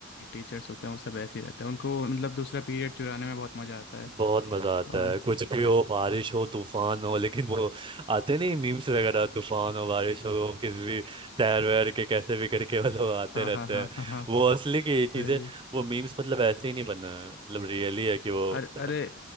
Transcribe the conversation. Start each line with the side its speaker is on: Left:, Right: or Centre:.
Left: टीचर्स होते हैं वो सब ऐसे ही रहते हैं उनको मतलब दूसरा पीरियड चुराने में बहुत मज़ा आता है
Right: बहुत मजा आता
Left: और
Right: है कुछ भी हो बारिश हो तूफान हो लेकिन वो आते नहीं मीम्स वगैरह तूफान हो बारिश हो किस भी तैर वैर के कैसे भी करके वो लोग आते
Left: हाँ
Right: रहते
Left: हाँ हाँ
Right: हैं
Left: हाँ हाँ
Right: वो असली की ये चीजें
Left: भाई
Right: वो मीम्स मतलब ऐसे ही नहीं बना है मतलब रियली है कि वो
Left: अरे
Right: हाँ
Left: अरे